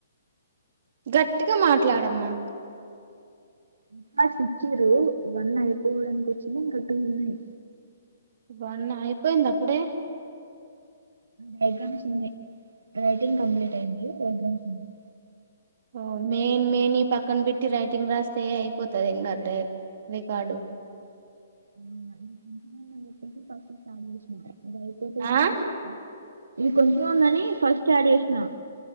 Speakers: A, on the right; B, on the right.
A: గట్టిగా మాట్లాడమ్మా
B: ఇంకాస్ ఇచ్చిరు ఇవన్నీ అయిపోవడాకి వచ్చినయ్ ఇంక టు ఉన్నాయి
A: వన్ అయిపోయింద అప్పుడే
B: డైగ్రామ్స్ ఉన్నాయి రైటింగ్ కంప్లీట్ అయింది డైగ్రామ్స్ ఉన్నాయి
A: ఓ మెయిన్ మెయిన్వి పక్కన పెట్టి రైటింగ్ రాస్తే అయిపోతది ఇంకా రికార్డు
B: డ వ <unintelligible> గైపోతే అన్నా
A: ఆ
B: <unintelligible> ఇది కొంచెం ఉందని ఫస్ట్ యాడ్ చేసిన